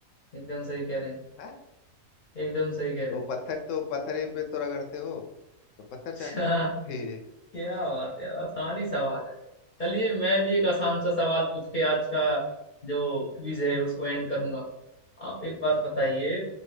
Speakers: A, on the left; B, on the left.
A: एकदम सही कह रहे हैं
B: है
A: एकदम सही कह रहे
B: तो वो
A: हैं
B: पत्थर तो पत्थर ही पे तो रगड़ते हो तो
A: <laughs>
B: पत्थर चाटी
A: अच्छा,
B: <laughs>
A: क्या बात है यार आसानी सवाल है चलिए मैं भी एक आसान सा सवाल पूछ के आज का जो क्विज है उसको एंड करूंगा आप एक बात बताइए